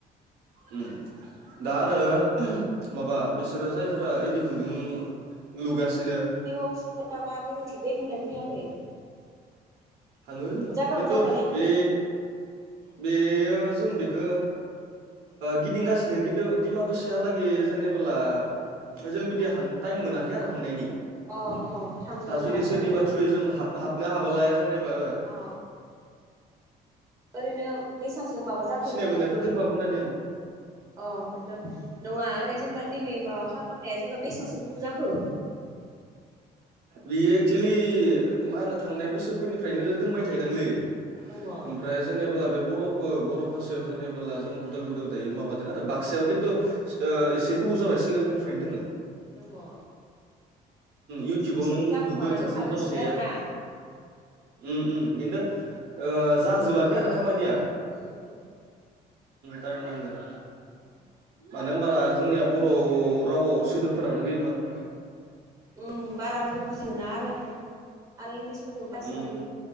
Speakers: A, on the right (about 75°); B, on the right (about 20°).
A: उम दा आरो माबा बिसोरो जायफोरा इन्दि खुन्दुं लुगासिनो
B: दिमाव खिसि जाबा बोरों थिग बायदिंना गिदिङाखै?
A: थाङो जोङो
B: जागायावनो
A: खिन्थु
B: जाबायना इफोरो
A: बे बेयो जों बेखौ। गिदिंगासिनो खिन्थु दिमाकुसिहालागै जेनेबोला जों बिदि टाइम मोनाखै आरो हांनायनि
B: अ अ थांस'नो
A: दा
B: हायाखै
A: जुदि सोरनिबा
B: आरो ना
A: थ्रयै जों हाबनो हाबालाय जेनेबा
B: अ ओरैनो बेसेबांसो माबा जाखो
A: सिनाय
B: जोङो
A: मोननायफोर
B: बिनि
A: दंबा
B: माबा
A: बुंना
B: खालामनाया
A: दोन
B: अ खिन्थु नङा जेनेबा नैबे माबा खालामनाया जेनेबा बेसेबां सखौबुजाखो
A: बियो एक्सुेलि मा होनो थांनाय बोसोरफोरनिफ्रायनो दोंबाय थायोदांलै। <unintelligible>
B: नंगौ
A: जेनेबोला बे बर' बर' भाषायाव जेनेबोला जों उदालगुरियाव दायो माबादों आरो बाक्सायाव खिन्थु एसे गोबाव जाबाय सिगांनिफ्रायनो दोङो।
B: नंगौ
A: इउटुबाव
B: सिरि सिरि
A: नों
B: जाखुमानानै
A: नुगोन सासे
B: थागासिनो
A: हिनजावसाया
B: आरोना
A: ओम ओम खिन्थु जाजोबाखै आरो खामानिया
B: उम उम
A: टाइम नांगोन।
B: औ।
A: मानो होनब जोंनिया बर' रावआव सोदोबफोरानो गैबाङा ना
B: ओम बारा बुजि मोना आरो। आरो इंलिसफोरखौ बसेबां
A: उम